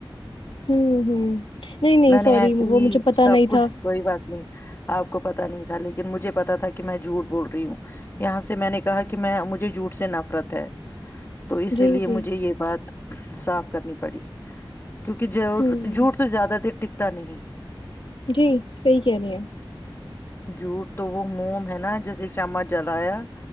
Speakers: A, on the left; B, on the left.
A: ہوں ہوں نہیں نہیں
B: میں نے
A: سوری
B: ایسے
A: وہ
B: ہی
A: مجھے پتہ
B: سب
A: نہیں
B: کچھ
A: تھا
B: کوئی بات نہیں آپ کو پتا نہیں تھا لیکن مجھے پتا تھا کہ میں جھوٹ بول رہی ہوں یہاں سے میں نے کہا کہ میں مجھے جھوٹ سے نفرت ہے تو اسی
A: جی
B: لیے
A: جی
B: مجھے یہ بات صاف کرنی پڑی کیونکہ
A: ہوں
B: جھوٹ تو زیادہ دیر ٹکتا نہیں
A: جی صحیح کہہ رہی ہیں
B: جھوٹ تو وہ موم ہے نا جیسے شامہ جلایا